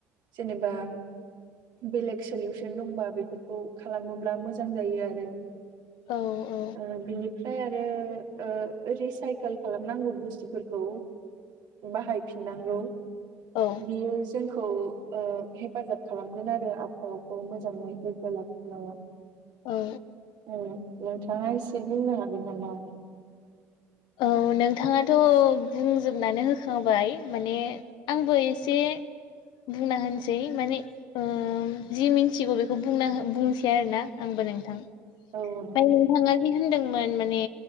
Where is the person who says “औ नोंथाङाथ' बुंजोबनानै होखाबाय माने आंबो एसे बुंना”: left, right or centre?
Left